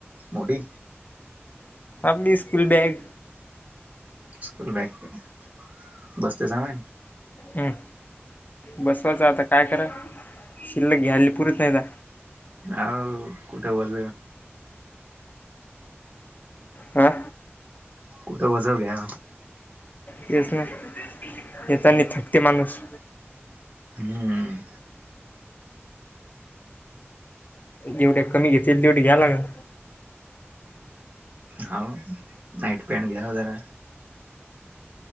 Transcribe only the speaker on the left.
आमी स्कूल बॅग
हं बसवाचं आता काय करा शिल्लक घ्यायला पुरत नाय ना
हा
तेच ना येतानी थकते माणूस
जेवढे कमी घेतील तेवढे घ्यायला लागण.